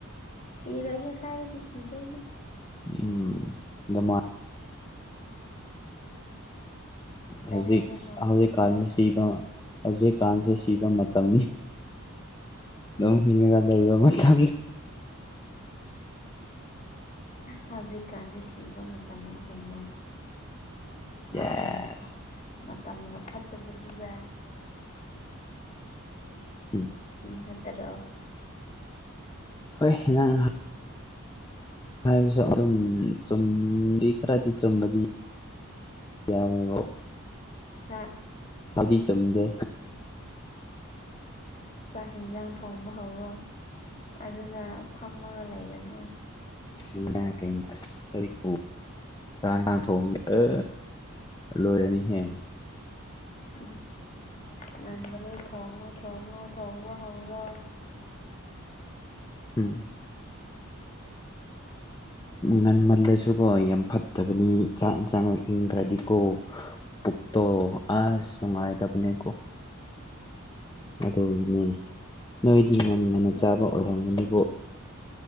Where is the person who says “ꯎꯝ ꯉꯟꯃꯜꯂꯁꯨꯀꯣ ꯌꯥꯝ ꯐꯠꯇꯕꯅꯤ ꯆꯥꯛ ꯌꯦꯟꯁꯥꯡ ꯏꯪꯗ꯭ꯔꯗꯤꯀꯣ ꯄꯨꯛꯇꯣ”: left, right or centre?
Left